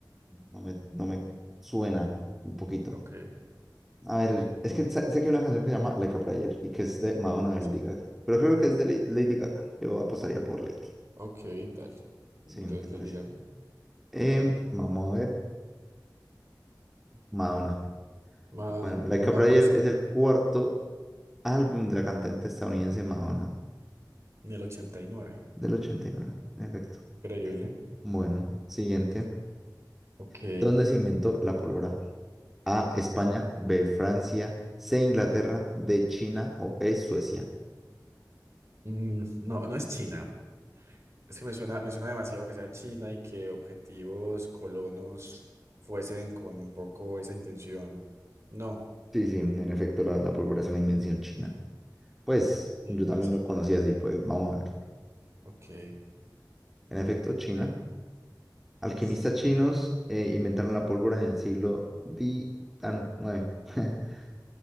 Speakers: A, in the centre; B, on the right (about 40°).
A: No me, no me suena un poquito.
B: Ok.
A: A ver, es que sa- sé que hay una canción que se llama Like a Prayer y que es de Madonna de
B: Sí.
A: Lady Gaga. Pero creo que es de Lady, Lady Gaga. Yo apostaría por Lady.
B: Ok, dale.
A: Sí,
B: Entonces
A: ¿te parece?
B: le Gaga.
A: Em,
B: Está bien.
A: vamos a ver. Madonna.
B: Madonna,
A: Bueno, Like
B: no
A: a Prayer
B: no puede ser.
A: es el cuarto álbum de la cantante estadounidense Madonna
B: Ni el 89.
A: del 89, en efecto.
B: Increíble.
A: Bueno, siguiente.
B: Ok.
A: ¿Dónde se inventó la pólvora? A, España, B, Francia, C, Inglaterra, D, China o E, Suecia.
B: Mm, no, no es China. Es que me suena, me suena demasiado que sea China y que objetivos colonos fuesen con un poco esa intención. No.
A: Sí, sí, en efecto, la, la pólvora es una invención
B: Sí.
A: china. Pues
B: Ok, interesante.
A: yo también lo conocía así, pues vamos a ver.
B: Ok.
A: En efecto, China. Alquimistas
B: Uf,
A: chinos eh, inventaron la pólvora en el siglo di... ah, no, nueve <laughs>